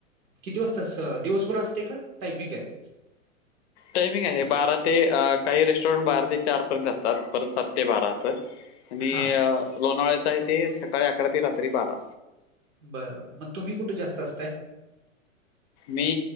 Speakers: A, on the right; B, on the left.
A: किती वाजता अस दिवसभर असते का टायमिंग आहे?
B: टायमिंग आहे बारा ते अ काही रेस्टॉरंट बारा ते चार पर्यंत असतात परत सात ते बारा असं आणि
A: हा
B: लोणावळ्यात इथं हाय ते सकाळी अकरा ते रात्री बारा.
A: बरं बरं मग तुम्ही कुठ जास्त असताय?
B: मी